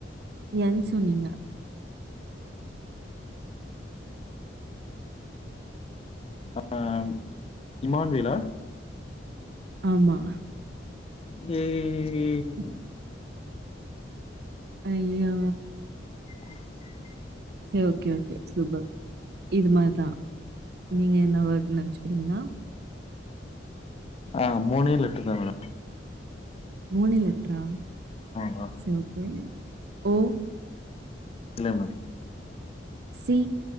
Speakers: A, on the right (about 60°); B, on the left (about 35°).
A: என் சொன்னீங்க
B: ஆஹ் இமான்வேலா
A: ஆமா.
B: இ ஏ
A: <inaudible> அய்யோ
B: <inaudible>
A: செரி ஓகே ஓகே சூப்பர் இது மாரிதா நீங்க என்ன வேர்டு நெனச்சுக்கிறீங்களா
B: ஆ மூணே எழுத்து தா மேடம்
A: மூணு லெட்டரா
B: ஆ
A: சரி ஓகே. ஓ,
B: இல்லைங்க
A: சி,